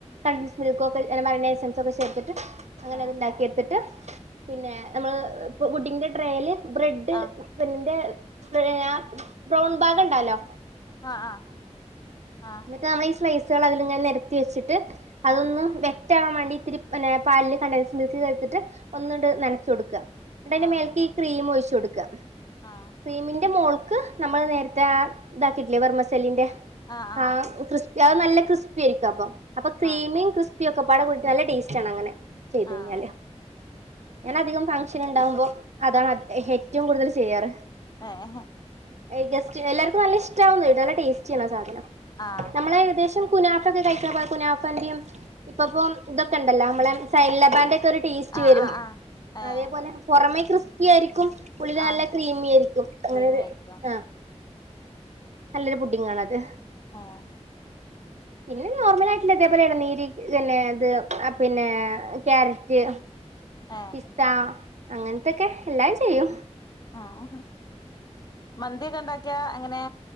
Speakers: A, on the right; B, on the left.
A: കൺൻസ് മിൽകൊക്കെ അല്ല മെയോണെസ് ഒക്കെ ചേർത്തിട്ട് അങ്ങനെണ്ടാക്കി
B: ആഹ്
A: എടുത്തിട്ട്. പിന്നെ നമ്മള് ഇ പു ബുഡിന്റെ ഡട്രയല് ബ്രെഡ്.
B: ആഹ്
A: ബന്നിന്റെ ഏ ആ ബ്രൗൺ ബാഗണ്ടാലോ.
B: ആഹ് ആഹ് ആഹ്
A: <unintelligible> നമ്മള ഈ സ്ലൈസുകൾ അതിലിങ്ങനെ നിരത്തി വെച്ചിട്ട് അതൊന്ന്
B: ആഹ്
A: വെ റ്റാവാൻ വേണ്ടിറ്റ് ഇത്തിരി ഏ പാലിൽ കണ്ടൻസ് മിൽക്ക് ചേർത്തിട്ട്. ഒന്ന്ണ്ട് നൻച്ചൊട്ക്കാ നട്ട് അയ്ന്റെ
B: ആഹ്
A: മേൽക്ക് ഈ ക്രീം ഒഴിച്ചു കൊടുക്കാ
B: ആഹ്
A: ക്രീമിന്റെ മോൾക്ക് നമ്മള് നേരത്തെ ആ ഇതാക്കിയിട്ടില്ലേ വെർമ്മസെല്ലിന്റെ
B: ആഹ് ആഹ്
A: ആ. ക്രിസ്പി അത് നല്ലക്രിസ്പിയിരിക്കും അപ്പൊ അപ്പൊ ക്രീമും
B: ആഹ്
A: ക്രിസ്പിയും ഒക്കെപാടെ കൂടിട്ട് നല്ല ടേസ്റ്റണ് അങ്ങനെ ചെയ്തഴിഞ്ഞല്.
B: ആഹ്
A: ഞാനധികം ഫംഗഷൻ ഉണ്ടാകുമ്പോ അതാണ് ഏറ്റവും കൂടുതൽ ചെയ്യാറ്.
B: ഏഹേ
A: ഏ ഗസ്റ്റ് എല്ലാർക്കും നല്ല ഇഷ്ടവുന്ന് നല്ല ടേസ്റ്റി ആണ് ആ സാധനം.
B: ആഹ്
A: നമ്മളെകദേശം കുനാഫ ഒക്കെ കഴിക്കാമ്പേ കുനാഫന്റെയും. ഇപ്പ പ്പോം ഇതൊക്കെ ഉണ്ടല്ലോ നമ്മളെ സൈലബാന്റെ ഒക്കെ ഒരു ടേസ്റ്റ്
B: ആഹ്
A: വരും
B: ആഹ് ആഹ് ഏഹ്
A: അതേപോലെ. പുറമേ ക്രിസ്പി ആയിരിക്കും ഉള്ളില്
B: ആഹ്
A: നല്ല ക്രീമിയിരിക്കും അങ്ങനെ
B: ക്രീമായിരിക്കും
A: ഒരു ആഹ. നല്ലൊരു ബുഡിങ്ങാണത്.
B: ആഹ്
A: പിന്നെ നോർമലായിട്ടുള്ളതേപോലെ ഇളനീര് പിന്നെ അത് പിന്നെ ക്യാരറ്റ്
B: ഏഹ്
A: പിസ്ത അങ്ങൻത്തൊക്കെ എല്ലാം ചെയ്യും
B: ആഹ് ആഹ് മന്തി ഒക്കെണ്ടാക്കിയാ എങ്ങനെ